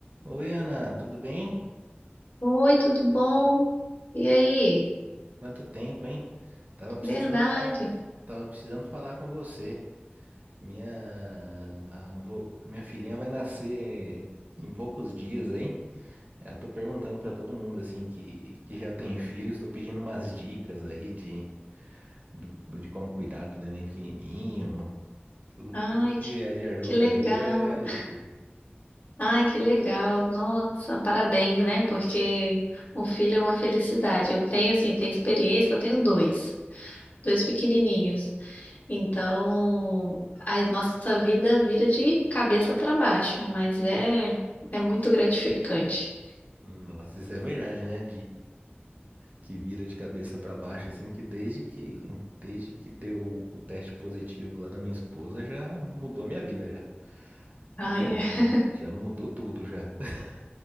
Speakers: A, on the right; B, on the left.
A: Oi, Ana, tudo bem?
B: Oi, tudo bom? E aí?
A: Quanto tempo, hein? Tava precisando
B: Verdade.
A: falar, tava precisando falar com você. Minha, vô- minha filhinha vai nascer em poucos dias, hein? Eu tô perguntando pra todo mundo assim que, que já tem filhos, tô pedindo umas dicas aí de, do- de como cuidar do neném pequenininho. Tudo,
B: Ai,
A: tudo que
B: que,
A: vier de ajuda
B: que legal.
A: aí é, é lucro.
B: Ai, que legal. Nossa, parabéns, né? Porque um filho é uma felicidade. Eu tenho, assim, tenho experiência, eu tenho dois, dois pequenininhos. Então, a nossa vida vira de cabeça para baixo, mas é, é muito gratificante.
A: Nossa, isso é verdade, né? que vira de cabeça pra baixo, assim, que desde que desde que deu o teste positivo lá da minha esposa, já mudou minha vida já.
B: Ai,
A: Nossa, já,
B: é.
A: já mudou tudo já. <laughs>